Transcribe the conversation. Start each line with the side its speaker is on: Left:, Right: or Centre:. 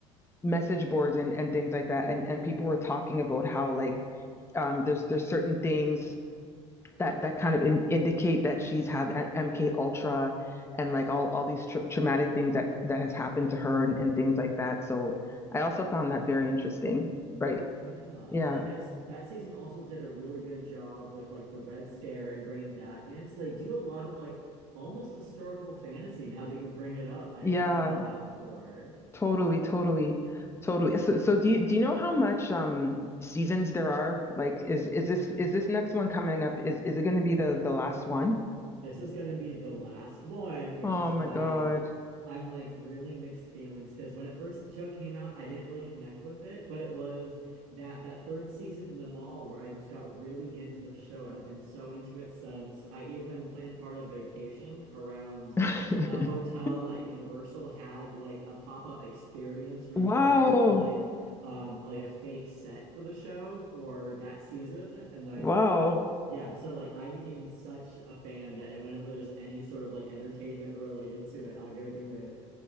Left: message boards and and things like that and and people were talking about how like um there's there's certain things that that kind of in, indicate that she's had MK Ultra and like all all these tra- traumatic things that that has happened to her and, and things like that. So I also found that very interesting. Right.
Right: Yeah.
Left: Yeah.
Right: And like that's that season also did a really good job with like the Red Scare and bringing that in. So they do a lot of like almost historical fantasy now that you bring it up. I
Left: Yeah.
Right: didn't think about that before.
Left: Totally. Totally. Totally. So so do you do you know how much um seasons there are? Like is is this is this next one coming up? Is is it going to be the the last one?
Right: this is gonna be the last one, which
Left: Oh
Right: is
Left: my
Right: why
Left: God.
Right: I'm like really mixed feelings because when it first show came out, I didn't really connect with it, but it was that that third season in the mall where I just got really into the show and I've been so into it since. I even planned part of vacation around
Left: <laughs>
Right: a hotel at Universal had like a pop-up experience where
Left: Wow.
Right: you got to be on like um like a fake set for the show for that season and like
Left: Wow.
Right: yeah, so like I became such a fan that whenever there's any sort of like entertainment related to it, I'll go do it.